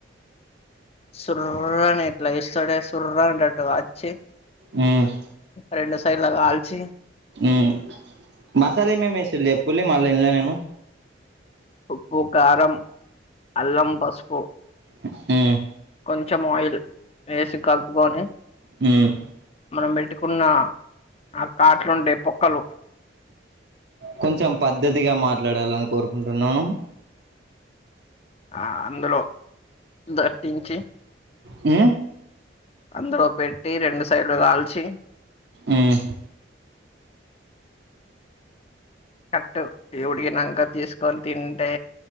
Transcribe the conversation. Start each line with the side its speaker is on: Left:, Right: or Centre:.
Left: సుర్రని ఎట్ల ఏస్తడే సుర్రనెటట్టు వచ్చి
Right: మ్మ్ మ్మ్
Left: రెండు సైడ్ల గాల్చి
Right: ఉమ్ మసాలా ఏమేమ్ ఏసిండ్లు చెప్పున్లీ మళ్ళీ ఇంన్లే నేను
Left: ఉప్పు కారం అల్లం పసుపు
Right: ఉ హూ
Left: కొంచెం ఆయిల్ వేసి కలుపుకొని
Right: మ్మ్
Left: మనం పెట్టుకున్న ఆ కాట్లుంటాయి పొక్కలు
Right: కొంచెం పద్ పద్ద్దదిగా మాట్లాడాలని కోరుకుంటున్నాను
Left: ఆ అందులో దటించి
Right: ఉ
Left: అందులో పెట్టి రెండు సైడ్లు గల్చి
Right: మ్మ్
Left: టూ దేవుడికినాంక తీసుకొని తింటే